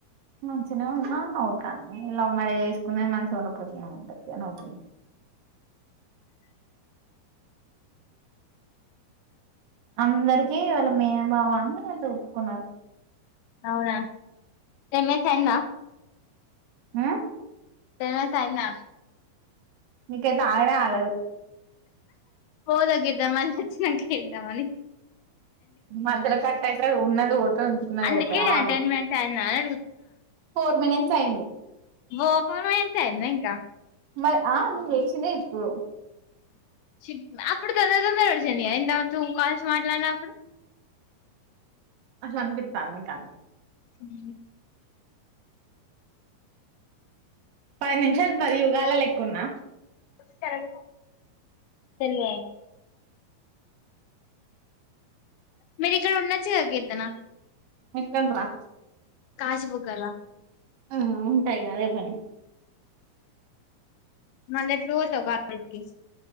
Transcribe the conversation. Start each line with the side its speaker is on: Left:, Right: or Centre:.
Right: మంచిగానే ఉన్న అన్నావు కాన్ని లవ్ మ్యారేజ్ చేసుకునే మనసు ఉన్నపోతే ఏమి ఉంటది నవ్కున్నా అందరికి వాళ్ళ మేన బావా అని అం తెప్పుకున్నారు
Left: అవునా టెన్ మేన్స్ అయ్యిందా
Right: ఆ
Left: తెనాస్ అయ్యిందా
Right: మీకైతే ఆగనే ఆగదు
Left: పోదాగ గిద్దమరి వచ్చిన గిద్దమరి
Right: మధ్యల కట్ అయితే ఉన్నది పోతే ఉంచుకున్నది
Left: అందుకే
Right: పోత ఆగు
Left: టెన్ మినిట్స్ అయిందా అని
Right: ఫోర్ మనిట్ చయండి
Left: వ ఫో మెంటాయేది ఇంకా
Right: మరి ఆ నేన్ లేచిందే ఇప్పు
Left: చిన్ అప్పుడు తొందరగా తొందరగా ఓడుచింది గదా ఏందో టు కాల్స్ మాట్లాడిన అప్పుడు
Right: అసలు అనిపింతందా నిక్ అంత్
Left: ఉహు
Right: పది నిమిషాలు పదియుగాలా లెక్క ఉన్నా
Left: కారం తెవే మీరు ఇక్కడ ఉండచ్చు గదా కీర్తన
Right: ఎక్కడ్రా
Left: కాజ్ బుకాల
Right: ఆ ఉంట ఇగ అదే పని
Left: మళ్ళ ఎప్పుడు పోతావు కర్ కల్ కి